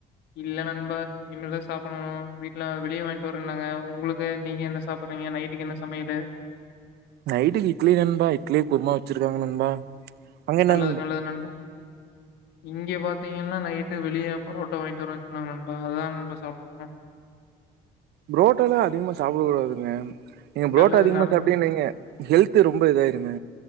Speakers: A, on the left (about 80°); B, on the right (about 75°).
A: இல்ல நண்பா இன்மேல்தான் சாப்புணும் வீட்டுல வெளிய வாங்கிட்டு வரேன்னாங்க உங்களுக்கு நீங்க என்ன சாப்புட்றீங்க நைட்டுக்கு என்ன சமையலு
B: நைட்டுக்கு இட்லி நண்பா இட்லி குருமா வச்சிருக்காங்க நண்பா அங்க என்ன
A: நல்லது நல்லது நண்பா இங்க பாத்தீங்கன்னா நைட்டு வெளிய பரோட்டா வாங்கிட்டு வருவேனு சொன்னாங்க நண்பா அதான் நண்பா சாப்டுவேன்
B: ப்ரோட்டாலா அதிகமா சாப்ட கூடாதுங்க நீங்க ப்ரோட்டா
A: நல்லது
B: அதிகமா
A: நல்
B: சாப்டீங் வைங்க ஹெல்து ரொம்ப இதாய்ருங்க